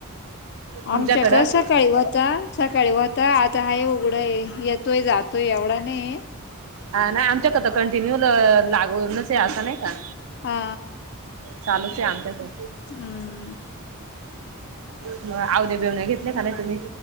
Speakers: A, on the right; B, on the left.
A: तुमच्याकडं
B: आमच्या कसं सकाळी होता सकाळी होता आता हाय उघडं आहे येतोय जातोय एवढा नाही.
A: ह नाही आमच्याकता कंटिन्यू ल लागवूनच असं नाही का
B: हा
A: चालूचे आमच्या तर
B: हम्
A: मग आवने बिवण्या घेतले का तुम्ही?